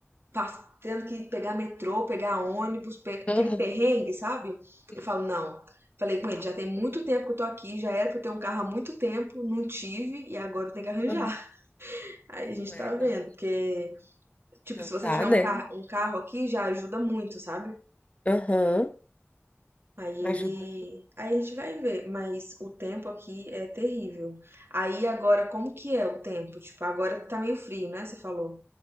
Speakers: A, on the right; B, on the left.
A: pass- tendo que pegar metrô, pegar ônibus, pe-
B: aham.
A: aquele perrengue, sabe?
B: Sim,
A: Eu falo, não. Falei com ele, já tem muito tempo que eu tô aqui, já era pra eu ter um carro há muito tempo, não tive, e agora eu tenho que arranjar.
B: aham.
A: <laughs> Aí a gente
B: Não
A: tá
B: é,
A: vendo,
B: não.
A: porque, tipo,
B: Não
A: se você
B: dá,
A: tiver
B: né?
A: um, car um carro aqui, já ajuda muito, sabe?
B: Aham,
A: Aí ele.
B: Ajuda.
A: Aí a gente vai ver, mas o tempo aqui é terrível. Aí agora, como que é o tempo? Tipo, agora que tá meio frio, né? Você falou.